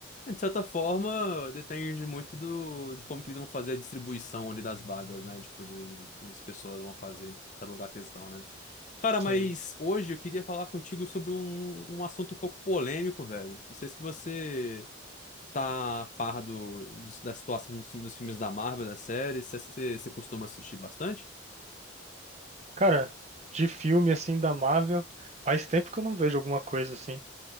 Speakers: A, on the left; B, on the right.
A: É, De certa forma, depende muito do, de como que eles vão fazer a distribuição ali das vagas, né? Tipo, de, de como as pessoas vão fazer em cada lugar que eles estão, né? Cara,
B: Sim.
A: mas hoje eu queria falar contigo sobre um, um assunto um pouco polêmico, velho. Não sei se você tá a par do, do- da situação dos, filmes dos filmes da Marvel, das séries, se você, você costuma assistir bastante.
B: Cara, de filme assim da Marvel, faz tempo que eu não vejo alguma coisa assim.